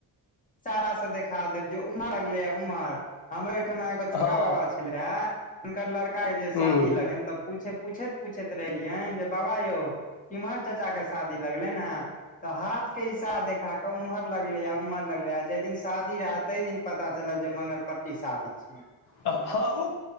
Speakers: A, on the left (about 20°); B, on the left (about 70°).
A: इशारा से देखा देब जे उम्हर लगले हे उम्हर हमरो ओहिठमा एगो
B: हँ
A: छोटा बाबा छलै हे। हुनकर लड़का के जे शादी
B: हूँ
A: लगनि तऽ पूछैत - पूछैत रहलियै जे बाबा यौ केम्हर चाचा के शादी लगलनि हे तऽ हाथ के इसारा से देखा क उम्हर लगले य उम्हर। लगले हे जाहि दिन शादी रहै ताहि दिन पता चलल जे मंगरपट्टी शादी छै।
B: हँ ओ